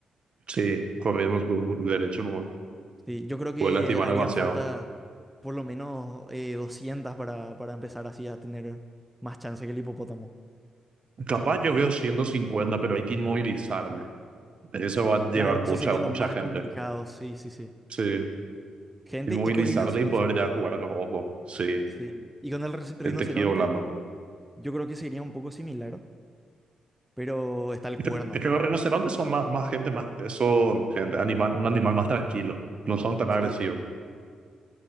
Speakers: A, on the right; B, in the centre.
A: sí, corremos bu- bu- derecho, no
B: Sí, yo creo que
A: puede lastimar
B: harían
A: demasiado.
B: falta por lo menos eh, 200 para, para empezar así a tener más chance que el hipopótamo.
A: Capaz yo veo 150 pero hay que inmovilizarle. Eso va a llevar
B: Claro,
A: mucha,
B: eso sería
A: mucha
B: lo más
A: gente.
B: complicado, sí, sí, sí.
A: Sí,
B: Gente
A: inmovilizarle
B: y coordinación
A: y poder
B: sobre
A: ya
B: todo,
A: jugar a los ojos. Sí,
B: sí. Y con el ri- rinoceronte,
A: el tejido blando.
B: yo creo que sería un poco similar, pero está el
A: Es
B: cuerno,
A: que los rinocerontes son más, más gente, más, son gente, animal, un animal más tranquilo. No son tan
B: sí.
A: agresivos.